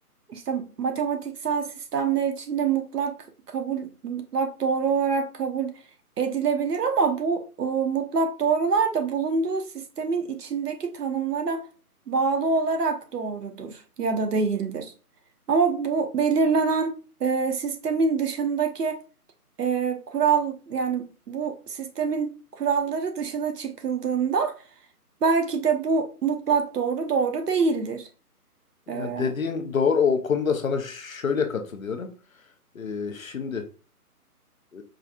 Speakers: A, on the right; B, on the left.
A: işte matematiksel sistemler içinde mutlak kabul mutlak doğru olarak kabul edilebilir ama bu e, mutlak doğrular da bulunduğu sistemin içindeki tanımlara bağlı olarak doğrudur ya da değildir. Ama bu belirlenen e, sistemin dışındaki e, kural yani bu sistemin kuralları dışına çıkıldığında belki de bu mutlak doğru doğru değildir.
B: Ya
A: E,
B: dediğin doğru. O konuda sana şöyle katılıyorum. Ee, şimdi e,